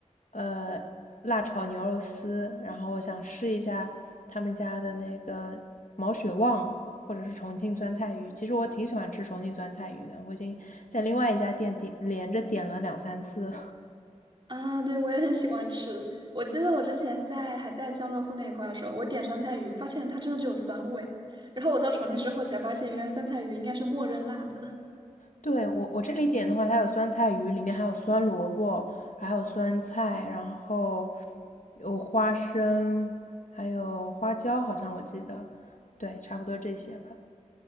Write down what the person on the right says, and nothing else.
啊！对，我也很喜欢吃。我记得我之前在还在江浙沪那一块的时候，我点酸菜鱼，发现它真的只有酸味，然后我到重庆之后才发现，原来酸菜鱼应该是默认辣的。